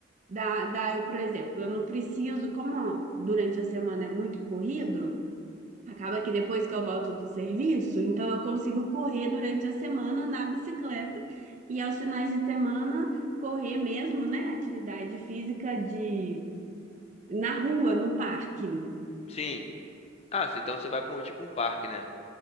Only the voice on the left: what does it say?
Sim. Ah, se- então você vai para um tipo um parque, né?